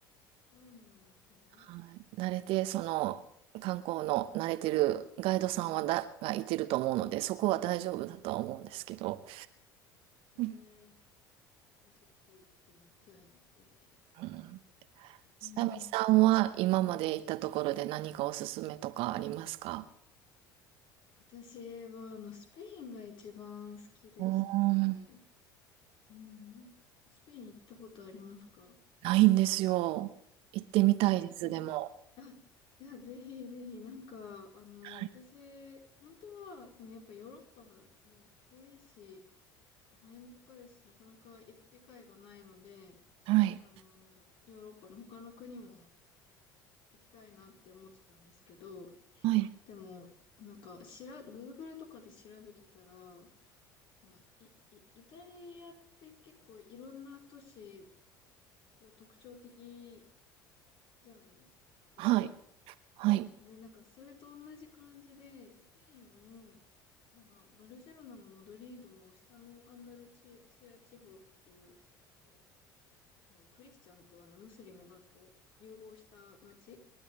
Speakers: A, on the left; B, on the right.
A: そうなんですね。
B: はい、慣れて、その観光の慣れてるガイドさんはだがいてると思うので、そこは大丈夫だとは思うんですけど、
A: えー、
B: うん
A: えーちょっと行ってみたいですね。
B: う
A: うん、
B: 久美さんは今まで行ったところで何かおすすめとかありますか
A: 私は、あの、スペインが一番好きでしたね。
B: うーん、
A: うん、スペイン行ったことありますか
B: ないんですよ。行ってみたいです、
A: あ、うん、
B: でも。
A: あ、いや、ぜひぜひ、なんか、あの、
B: はい。
A: 私、本当は、その、やっぱヨーロッパね、遠いし、お金もかかるし、なかなか行く機会がないので、
B: はい。
A: あの、ヨーロッパの他の国も行きたいなって思ってたんですけど、
B: はい。
A: でも、なんか、しら、Google とかで調べてたら、なんかい、い、イタリアって結構いろんな都市、こう特徴的じゃないですか。
B: はい。はい
A: で、なんかそれと同じ感じで、スペインも、なんかバルセロナもマドリードも下のアンダルチシア地方っていう、ちょっと、うんクリスチャンとあのムスリムがこう融合した街